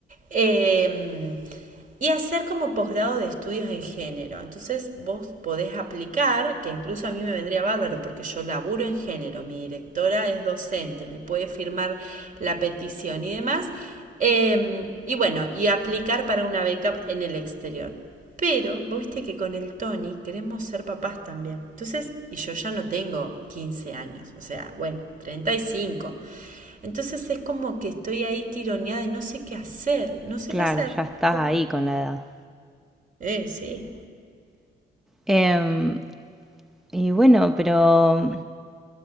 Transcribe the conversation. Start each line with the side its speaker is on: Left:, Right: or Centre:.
Right: em, y hacer como posgrado de estudios en género. Entonces vos podés aplicar, que incluso a mí me vendría bárbaro porque yo laburo en género, mi directora es docente, me puede firmar la petición y demás. Eh, y bueno, y aplicar para una beca en el exterior. Pero vos viste que con el Tony queremos ser papás también. Entonces, y yo ya no tengo 15 años, o sea, bueno, treinta y cinco Entonces es como que estoy ahí tironeada y no sé qué hacer, no sé
Centre: Claro,
Right: qué hacer.
Centre: ya estás
Right: ¿Vos
Centre: ahí con la edad.
Right: eh, sí,
Centre: Em, y bueno, pero